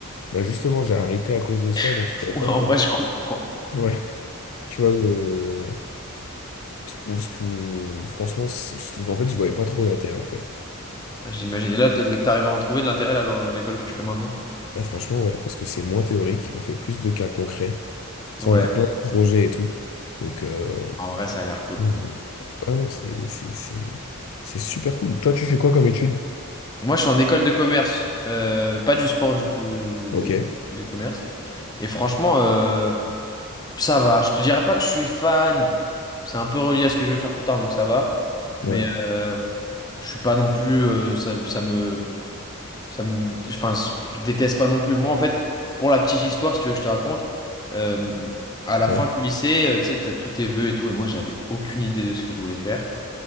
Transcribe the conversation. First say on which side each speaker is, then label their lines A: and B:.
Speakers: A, on the left; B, on the left.
A: Bah justement, j'ai arrêté à cause de ça, donc
B: <laughs>
A: je pourrais
B: Ouais,
A: pas
B: en
A: trop.
B: vrai, je comprends.
A: Ouais, tu vois, le... ou- ou- franchement, c'est- je- en fait, je voyais pas trop d'intérêt, en fait.
B: Ah, J'imagine. Et là, t'as- t'arrives à en trouver de l'intérêt là dans l'école que tu fais maintenant.
A: Là, franchement, ouais, parce que c'est moins théorique, on fait plus de cas concrets. Ça,
B: Ouais.
A: on a plein de projets et tout. Donc, euh...
B: En vrai, ça a l'air cool.
A: Mm. ah non, c'est c'est- c'est- c'est super cool. Toi, tu fais quoi comme étude?
B: Moi, je suis en école de commerce. Euh, pas du sport, du coup, je...
A: Ok,
B: je- de commerce. Et franchement, euh, ça va. Je te dirais pas que je suis fan. C'est un peu relié à ce que je veux faire plus tard, donc ça va. Mais
A: ouais,
B: euh, je suis pas non plus. euh, ça, ça me. Ça me... Enfin, je déteste pas non plus. Moi, en fait, pour la petite histoire, si tu veux que je te raconte, euh, à la
A: ouais,
B: fin du lycée, euh, tu sais, t'as tous tes vœux et tout, et moi, j'avais aucune idée de ce que je voulais faire.